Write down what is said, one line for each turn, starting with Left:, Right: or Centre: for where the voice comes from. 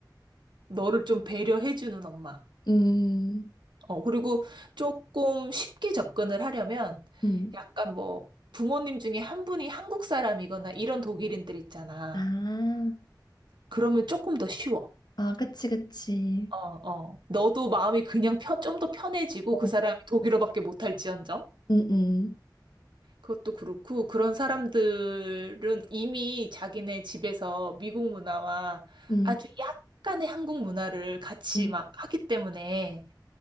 Right: 너를 좀 배려해주는 엄마.
Left: 음.
Right: 어, 그리고 조금 쉽게 접근을 하려면
Left: 음.
Right: 약간 뭐 부모님 중에 한 분이 한국 사람이거나 이런 독일인들 있잖아.
Left: 아,
Right: 그러면 조금 더 쉬워.
Left: 아, 그치, 그치.
Right: 어, 어. 너도 마음이 그냥 펴, 좀 더 편해지고 그
Left: 응
Right: 사람이 독일어밖에 못할지언정.
Left: 응
Right: 그것도 그렇고, 그런 사람들은 이미 자기네 집에서 미국 문화와
Left: 응
Right: 아주 약간의 한국 문화를 같이
Left: 응
Right: 막 하기 때문에